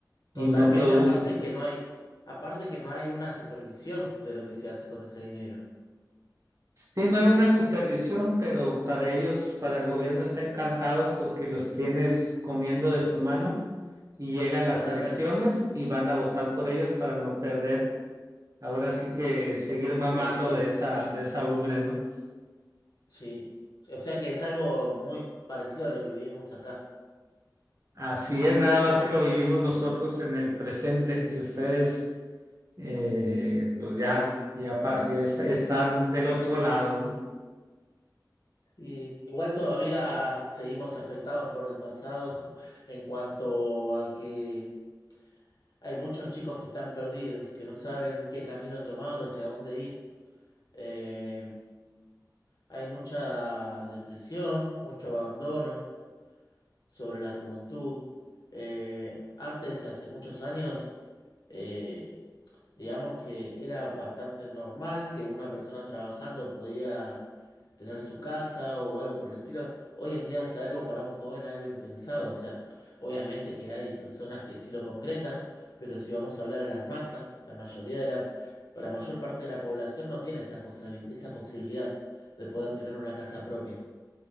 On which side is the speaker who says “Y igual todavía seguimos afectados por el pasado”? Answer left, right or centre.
Left